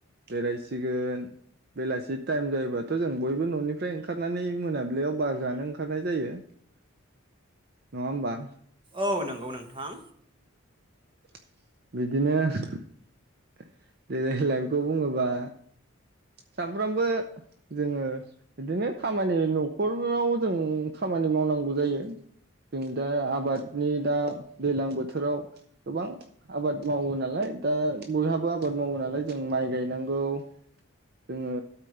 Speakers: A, on the right; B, on the right.
A: बेरायसिगोन बेलासि टाइम जायोबाथ जों बयबो ननिफ्राय ओंखारनानै मोनाबिलियाव बार जानो ओंखारनाय जायो नङा होमबा
B: औ नंगौ नोंथां।
A: <inaudible> बिदिनो डेलि लाइफखौ बुङोबा। सानफ्रामबो जोङो बिदिनो खामानि न'खराव जों खामानि मावनांगौ जायो जों दा आबादनि दा दैलां बोथोराव गोबां आबाद मावो नालाय दा बयहाबो आबाद मावो नालाय जों माइ गायनांगौ जोङो